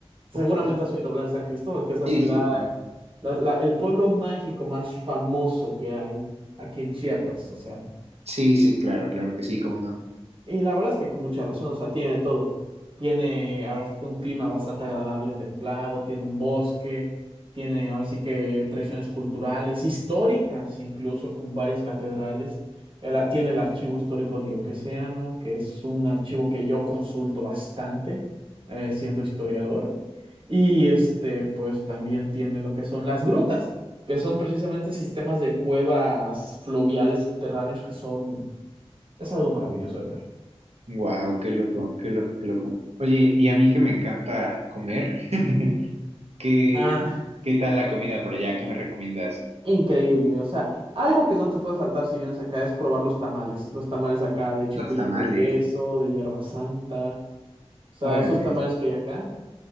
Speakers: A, on the right (about 55°); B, on the right (about 75°).
A: Seguramente
B: ok.
A: has oído hablar de San Cristóbal, que es la
B: Sí,
A: ciudad,
B: sí, claro.
A: la- la- el pueblo mágico más famoso que hay aquí en Chiapas, o sea,
B: Sí, sí, claro, claro que sí, cómo no.
A: Y la verdad es que con mucha razón, o sea, tiene de todo. Tiene ahora sí que un clima bastante agradable, templado, tiene un bosque, tiene ahora sí que tradiciones culturales, históricas incluso, con varias catedrales. El a- tiene el archivo histórico diocesano que es un archivo que yo consulto bastante, eh, siendo historiador. Y este, pues también tiene lo que son las grutas, que son precisamente sistemas de cuevas fluviales subterráneos que son, es algo maravilloso de ver.
B: Wow, qué loco, qué loco, qué loco. Oye, y a mí que me encanta comer, <laughs> ¿qué,
A: Ah,
B: qué tal la comida por allá? ¿Qué me recomiendas?
A: increíble. O sea, algo que no te puede faltar si vienes acá es probar los tamales. Los tamales acá de chipilín
B: Los tamales,
A: con queso, de hierba santa. O sea,
B: órale.
A: esos tamales que hay acá.